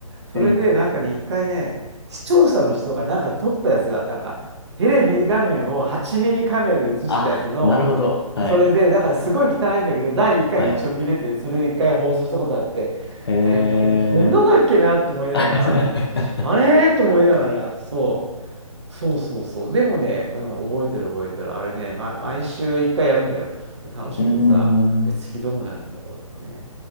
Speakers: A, on the right; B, on the left.
A: それで、
B: え。
A: なんかね、一回ね、視聴者の人がなんか撮ったやつが、なんか、テレビ画面を8ミリカメラで映したやつの、
B: あ、なるほど。はい。
A: それで、だからすごい汚いんだけど、第1回一応見れて、
B: はい。
A: それ1回放送したことあって、
B: へえ。
A: あれ、こ、こんなだっけなと思いながら、
B: <laughs>
A: あれと思いながら、そう、そうそうそう。でもね、うん、覚えてる覚えてる。あれね、ま、毎週1回やるんだよ。で楽しみでさ、
B: うーん。
A: え、次どうなるんだろうとかね。